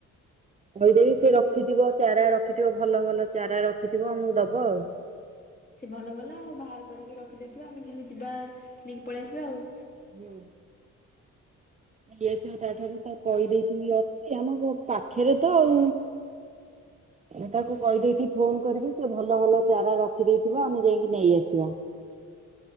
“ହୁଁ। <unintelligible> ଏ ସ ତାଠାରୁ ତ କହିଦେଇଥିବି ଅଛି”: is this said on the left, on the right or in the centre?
Right